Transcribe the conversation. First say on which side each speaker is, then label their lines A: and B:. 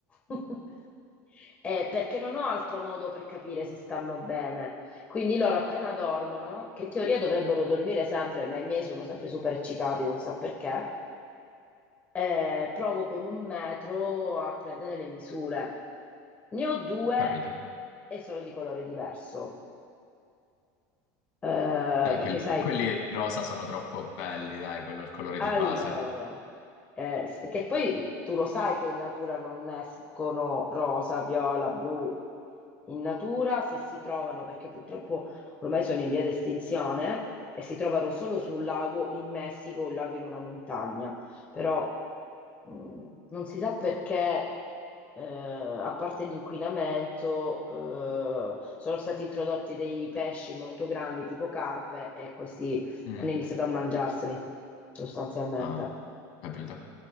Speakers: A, on the left; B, on the left.
A: <laughs> Eh, perché non ho altro modo per capire se stanno bene. Quindi loro appena dormono, che in teoria dovrebbero dormire sempre, ma i miei sono sempre super eccitati, non so perché, eh, provo con un metro a prendere le misure. Ne ho due
B: capito.
A: e sono di colore diverso. Eh,
B: Eh,
A: perché
B: quelli,
A: sai,
B: quelli rosa sono troppo belli, dai, quello è il colore
A: Allora,
B: di base.
A: eh, s- che poi tu lo sai che in natura non escono rosa, viola, blu. In natura, se si trovano, perché purtroppo ormai sono in via di estinzione, e si trovano solo sul lago in Messico, un lago in una montagna. Però mh, non si sa perché, eh, a parte l'inquinamento, eh, sono stati introdotti dei pesci molto grandi, tipo carpe, e questi
B: Mm,
A: hanno iniziato a mangiarseli sostanzialmente
B: ah, capito.